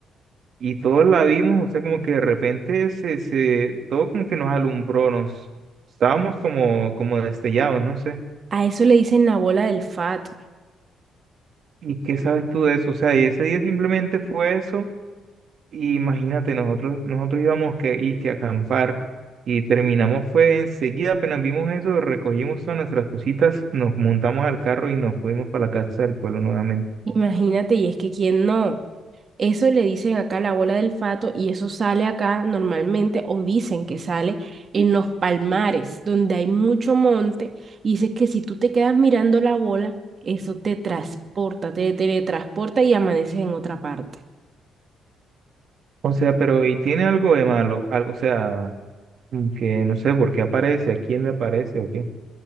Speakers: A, on the right; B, on the right.
A: y todos la vimos, o sea, como que de repente se, se, todo como que nos alumbró, nos, estábamos como, como destellados, no sé.
B: A eso le dicen la bola del fato.
A: ¿Y qué sabes tú de eso? O sea, y ese día simplemente fue eso. Y imagínate, nosotros, nosotros íbamos que, y que a acampar y terminamos fue enseguida, apenas vimos eso, recogimos todas nuestras cositas, nos montamos al carro y nos fuimos para la casa del pueblo nuevamente.
B: Imagínate, y es que quién no. Eso le dicen acá la bola del fato y eso sale acá normalmente o dicen que sale en los palmares donde hay mucho monte y dices que si tú te quedas mirando la bola, eso te transporta, te teletransporta y amaneces en otra parte.
A: O sea, pero ¿y tiene algo de malo? Algo, o sea, como que no sé por qué aparece, a quién le aparece o qué.